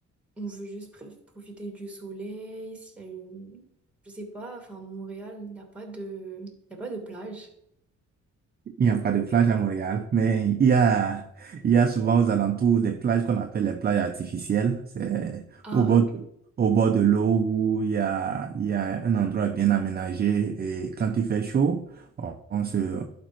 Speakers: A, in the centre; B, on the right.
A: on veut juste pr- profiter du soleil. S'il y a une, je sais pas, enfin Montréal, il n'y a pas de, il y a pas de plage.
B: Il n'y a pas de plage à Montréal, mais il y a, il y a souvent aux alentours des plages qu'on appelle les plages artificielles. C'est
A: Ah,
B: au bord
A: euh,
B: de, au bord de l'eau où il y a, il y a un endroit bien aménagé et quand il fait chaud, on, on se,